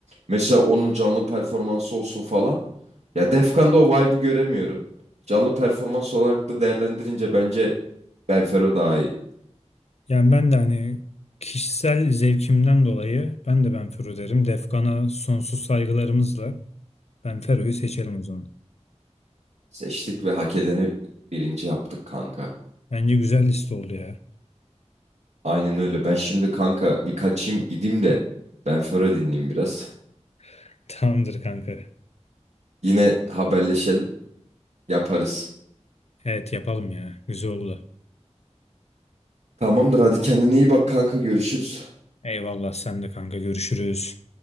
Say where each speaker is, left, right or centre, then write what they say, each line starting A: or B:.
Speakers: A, on the right; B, on the left.
A: Mesela onun canlı performansı olsun falan. Ya Defkan'da o vibe'ı göremiyorum. Canlı performans olarak da değerlendirince bence Benfero daha iyi.
B: Yani ben de hani kişisel zevkimden dolayı ben de Benfero derim. Defkan'a sonsuz saygılarımızla Benfero'yu seçelim o zaman.
A: Seçtik ve hak edeni birinci yaptık kanka.
B: Bence güzel liste oldu ya.
A: Aynen öyle. Ben şimdi kanka bir kaçayım gideyim de ben Föro dinleyeyim biraz.
B: <laughs> Tamamdır kanka.
A: <laughs> Yine haberleşelim. Yaparız.
B: Evet yapalım ya. Güzel oldu.
A: Tamamdır hadi kendine iyi bak kanka görüşürüz.
B: Eyvallah sen de kanka görüşürüz.